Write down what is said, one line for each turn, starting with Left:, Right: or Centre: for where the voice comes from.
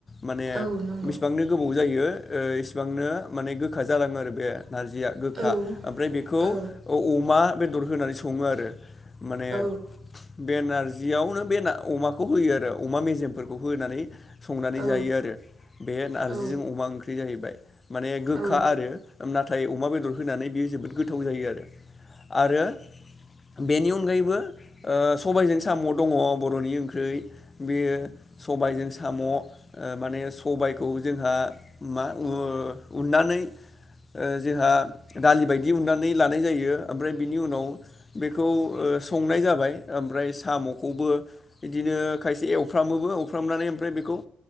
Left: माने
Right: औ नंगौ
Left: बेसेबांनो गोबाव जायो ओ इसिबांनो माने गोखा जालाङो आरो बे। नारजिया गोखा
Right: औ
Left: ओमफ्राय बेखौ
Right: औ
Left: आं अमा बेदर होनानै सङो आरो माने
Right: औ
Left: बेनारजि बेयावनो बेना अमाखौ होयो आरो अमा मेजेमफोरखौ होनानै संनानै
Right: औ
Left: जायो आरो बे नारजिजों
Right: औ
Left: अमा ओंख्रि जाहैबाय। माने गोखा
Right: औ
Left: आरो नाथाय अमा बेदर होनानै बियो जोबोद गोथाव जायो आरो। आरो बेनि अनगायैबो ओ सबायजों साम' दङ। बर'नि ओंख्रिै बे सबायजों साम' ओ माने सबायखौ जोंहा मा उ -नानै ओ जोंहा दालि बायदि उनानै लानाय जायो ओमफ्राय बिनि उनाव बेखौ
Right: <inaudible>
Left: ओ संनाय जाबाय ओमफ्राय साम'खौबो बिदिनो खायसे एवफ्रामोबो एवफ्रामनानै ओमफ्राय बेखौ ओ